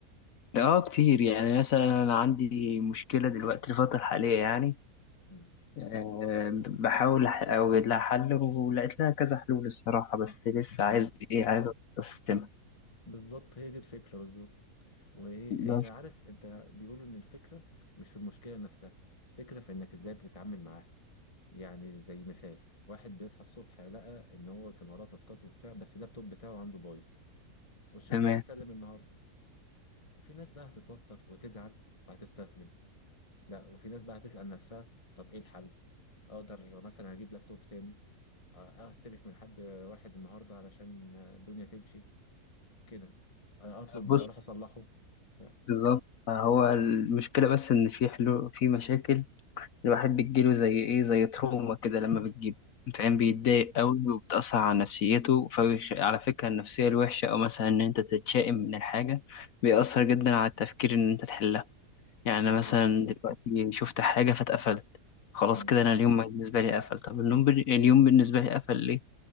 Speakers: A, on the left; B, on the left.
A: اه كتير يعني مثلا انا عندي مشكلة دلوقتي الفترة الحالية يعني
B: مم.
A: آه، بحاول أح- اوجد لها حل ولقيت لها كذا حلول الصراحة بس لسه
B: بز...
A: عايز ايه عايز استمع
B: بالظبط هي دي الفكره بالظبط وهي
A: بس
B: هي عارف انت بيقولوا ان الفكره مش في المشكله نفسها الفكره في انك ازاي بتتعامل معاها يعني زي مثال واحد بيصحى الصبح لقى ان هو كان وراه تاسكات وبتاع بس اللابتوب بتاعه عنده بايظ والشغل
A: تمام
B: هيتسلم النهارده في ناس بقى هتتوتر وتزعل وهتستسلم لا وفي ناس بقى هتسأل نفسها طب ايه الحل اقدر مثلا اجيب لابتوب تاني أ- استلف من حد واحد النهارده علشان الدنيا تمشي كده اطلب
A: بص
B: اروح اصلحه بتاع
A: بالظبط هو المشكلة بس ان في حلول في مشاكل الواحد بتجيله زي ايه زي تروما كده لما بتجيب فاهم بيتضايق
B: اه
A: قوي وبتأثر على نفسيته فبيخ... على فكرة النفسية الوحشة أو مثلا إن أنت تتشائم من الحاجة بيأثر جدا على التفكير إن أنت تحلها يعني
B: بالظبط
A: أنا مثلا دلوقتي شفت حاجة فاتقفلت خلاص
B: مم.
A: كده أنا اليوم بالنسبة لي قفل طب النوم بال... اليوم بالنسبة لي قفل ليه؟